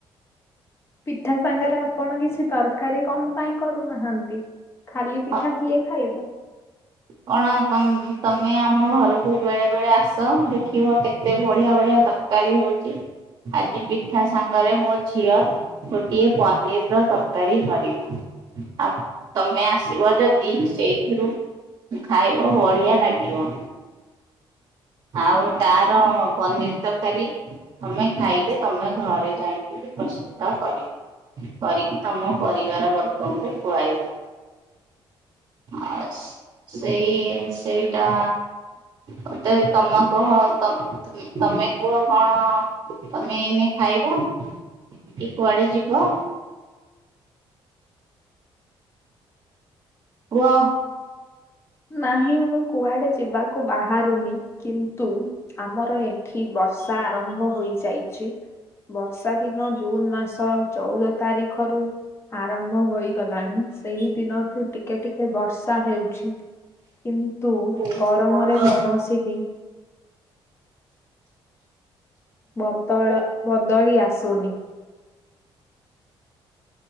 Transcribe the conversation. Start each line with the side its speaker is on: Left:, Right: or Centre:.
Left: ପିଠା ସାଙ୍ଗରେ ଆପଣ କିଛି ତରକାରୀ କଣ ପାଇଁ କରୁନାହାନ୍ତି? ଖାଲି ପିଠା
Right: ଆଉ
Left: କିଏ ଖାଇବ?
Right: କଣ ତମ୍ ତମେ ଆମ ଘରକୁ ବେଳେ ବେଳେ ଆସ ଦେଖିବ କେତେ ବଢ଼ିଆ ବଢ଼ିଆ ତରକାରୀ ହଉଛି। ଆଜି ପିଠା ସାଙ୍ଗରେ ମୋ ଝିଅ ଗୋଟିଏ ପନିର୍ ର ତରକାରୀ କରିବ। ଆଉ ତମେ ଆସିବ ଯଦି ସେଇଥିରୁ ଖାଇବ ବଢ଼ିଆ ଲାଗିବ। ଆଉ ତାର ପନିର୍ ତରକାରୀ ତମେ ଖାଇଲେ ତମେ ଘରେ ଯାଇକି ପ୍ରସ୍ତୁତ କରିବ। କରିକି ତମ ପରିବାର ବର୍ଗଙ୍କୁ ଖୁଆଇବ। ଆଉ ସେଇ, ସେଇଟା ଗୋଟେ ତମୋ, ତୋହ, ତତ୍ <unintelligible> ତମେ କୁହ କଣ ତମେ ଏଇନେ ଖାଇବ? କି କୁଆଡ଼େ ଯିବ? କୁହ।
Left: ନାହିଁ ମୁଁ କୁଆଡ଼େ ଯିବାକୁ ବାହାରୁନି କିନ୍ତୁ ଆମର ଏଠି ବର୍ଷା ଆରମ୍ଭ ହୋଇଯାଇଛି ବର୍ଷା ବର୍ଷା ଦିନ ଜୁନ ମାସ ଚଉଦ ତାରିଖରୁ ଆରମ୍ଭ ହୋଇଗଲାଣି ସେହି ଦିନଠୁ ଟିକେ ଟିକେ ବର୍ଷା ହେଉଛି। କିନ୍ତୁ
Right: ମୁଁ ମୋର
Left: ଗରମରେ କୌଣସି ବି ବଦଳ ବଦଳି ଆସୁନି।